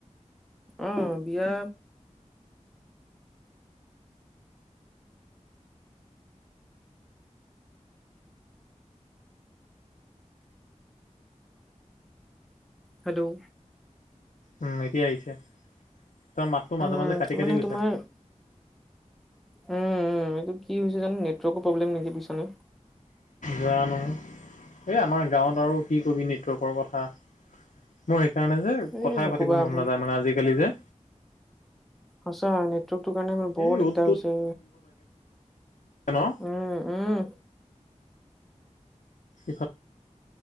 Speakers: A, in the centre; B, on the left.
A: অ' বিয়া হেল্ল'
B: উম এতিয়া আহিছে। তাৰ মাতটো মাজে
A: উম,
B: মাজে কাটি কাটি
A: মানে
B: গৈছে
A: তোমাৰ উম উম, এইটো কি হৈছে জানো নেটৱৰ্কৰ প্ৰব্লেম নেকি পিছানে।
B: জানো, এই আমাৰ গাঁৱত আৰু কি কবি নেটৱৰ্কৰ কথা। মই, সেইকাৰণে যে
A: এ
B: কথাই
A: নক'বা
B: পাতিব মন
A: বহুত
B: নাযায় মানে আজিকালি যে।
A: সচা নেটৱৰ্কটো কাৰণে মানে বহুত
B: এই
A: দিগদাৰ
B: অ'ত
A: হৈছে।
B: হেল্ল'
A: উম, উম,
B: ইফালে